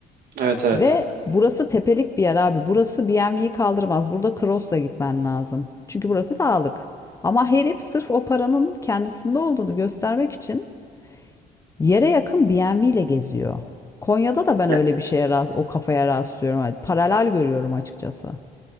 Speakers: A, on the right (about 60°); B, on the left (about 20°).
A: Evet evet.
B: Ve burası tepelik bir yer abi. Burası BMW'yi kaldırmaz. Burada Cross'la gitmen lazım. Çünkü burası dağlık. Ama herif sırf o paranın kendisinde olduğunu göstermek için yere yakın BMW ile geziyor. Konya'da da ben
A: Ya.
B: öyle bir şeye rast- o kafaya rastlıyorum. Yani Paralel görüyorum açıkçası.